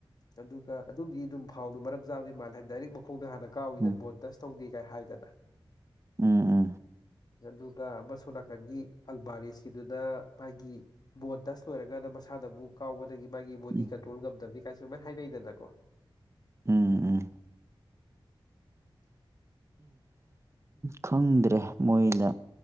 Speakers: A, on the left; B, on the right.
A: ꯑꯗꯨꯒ ꯑꯗꯨꯝꯗꯤ ꯑꯗꯨꯝ ꯐꯥꯎꯗꯨ ꯃꯔꯝ ꯆꯥꯕꯅꯤ ꯃꯥꯜꯂꯦ ꯍꯥꯏ ꯗꯥꯏꯔꯦꯛ ꯃꯈꯣꯡꯗ ꯍꯥꯟꯅ ꯀꯥꯎꯋꯤꯗꯅ
B: ꯎꯝ ꯎꯝ
A: ꯕꯣꯜ ꯗꯁ ꯇꯧꯗꯦ ꯀꯥꯏ ꯍꯥꯏꯗꯅ
B: ꯎꯝ ꯎꯝ
A: ꯑꯗꯨꯒ ꯃꯁꯣ ꯅꯥꯀꯟꯒꯤ ꯑꯜꯕꯥꯔꯤꯁꯀꯤꯗꯨꯅ ꯃꯥꯒꯤ ꯕꯣꯟ ꯇꯁ ꯂꯣꯏꯔꯒꯅ ꯃꯁꯥꯗ ꯑꯃꯨꯛ ꯀꯥꯎꯕꯗꯒꯤ ꯃꯥꯒꯤ ꯕꯣꯗꯤ
B: ꯎꯝ
A: ꯀꯟꯇ꯭ꯔꯣꯜ ꯉꯝꯗꯕꯅꯤ ꯀꯥꯏꯁꯨ ꯁꯃꯥꯏꯅ ꯍꯥꯏꯅꯩꯗꯅꯀꯣ
B: ꯎꯝ ꯎꯝ
A: <inaudible>
B: ꯈꯪꯗ꯭ꯔꯦ ꯃꯣꯏꯅ